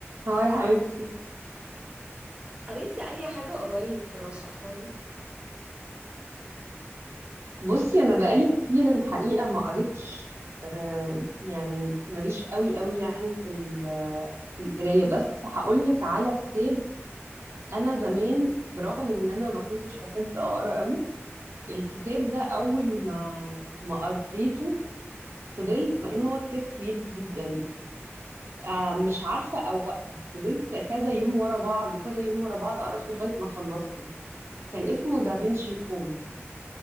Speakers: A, on the right (about 65°); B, on the right (about 25°).
A: هاي حبيبتي
B: قريتي اي حاجة قريب ترشحها لي
A: بصي انا بقالي كتير الحقيقه ما قريتش آه، يعني ماليش قوي قوي يعني في ال- في القرايه بس هقول لك على كتاب انا زمان برغم ان انا ما كنتش بحب اقرا قوي الكتاب ده اول ما ما قريته فضلت مع ان هو كتاب كبير جدا آه، مش عارفه اوقف فضلت كذا يوم ورا بعض كذا يوم ورا بعض اقرا فيه لغايه ما خلصته كان اسمه دافنشي كود